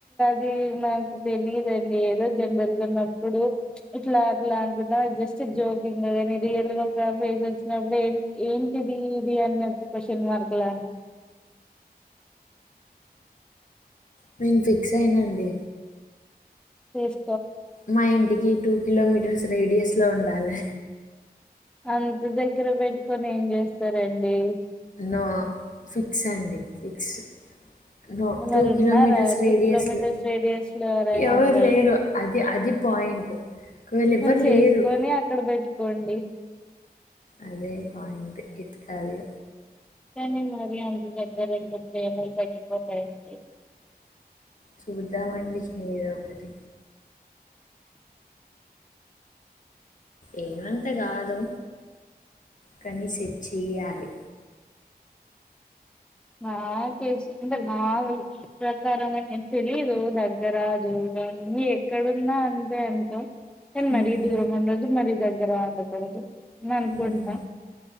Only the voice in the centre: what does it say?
ది నాకు తెలిదండి ఏదో జనరల్ గా ఉన్నప్పుడు ఇట్లా అట్లా అనుకుంటా జస్ట్ జోకింగ్ కాని రియల్ గా ఒక ఫేస్ వచ్చినప్పుడు ఏం ఏంటిది ఇది అన్నట్టు క్వశ్చన్ మార్క్ లా
చెస్
అంత దగ్గర పెట్టుకొని ఏం చేస్తారండి
మరి ఉన్నారా
టూ
కిలోమీటర్స్ రేడియస్ లో ఎవరైనా
అబ్బాయ్
మరి చేసుకొనే
అక్కడ పెట్టుకోండి
కానీ మరి అంత దగ్గర ఉంటే ప్రేమలు తగ్గిపోతాయ్ అండి
నా తెసు అంటే నా ప్రకారం తెలీదు దగ్గర దూరన్ని ఎక్కడున్నా అంతే అంత కానీ మరి
దూరం ఉండోద్దు మరి దగ్ గర ఉండకూడదు అని అనుకుంటా